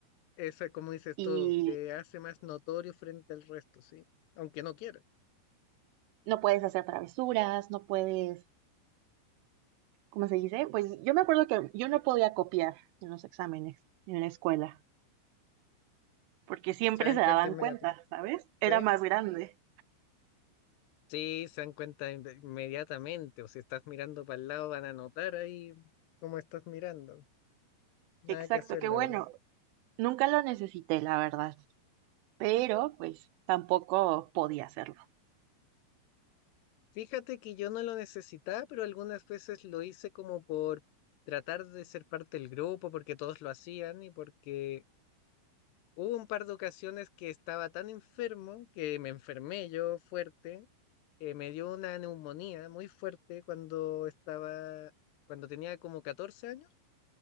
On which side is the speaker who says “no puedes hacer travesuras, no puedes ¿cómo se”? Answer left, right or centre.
Right